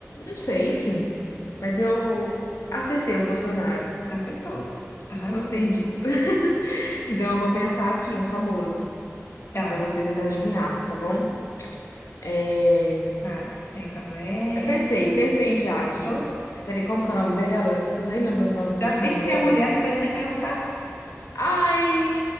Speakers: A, on the left; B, on the left.
A: não sei, enfim. Mas eu acertei o Bolsonaro.
B: Acertou. Arrasou.
A: Gostei disso. <laughs> Então eu vou pensar aqui, um famoso.
B: Tá,
A: Pra você tentar adivinhar, tá bom? É,
B: tá. Pega leve.
A: eu Pensei, pensei já aqui.
B: Tô-
A: Peraí, como que é o nome dela? Tô nem lembrando o nome,
B: Já disse
A: o nome
B: que
A: dela.
B: é mulher, não precisa nem perguntar.
A: Ai!